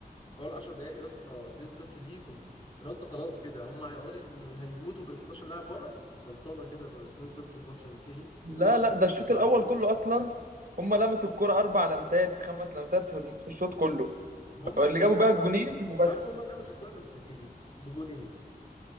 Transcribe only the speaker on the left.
في اول 10 دقائق يا اسطى 2-0 ليهم انا قلت خلاص كده هم هيقعدوا ي- هيموتوا بال 11 لاعب ورا خلصانه كده ب 2-0 الماتش هينتهي
2-1
بالكتير
قوي
هم
هم
يا عم هم لمسوا الكوره لمستين بجونين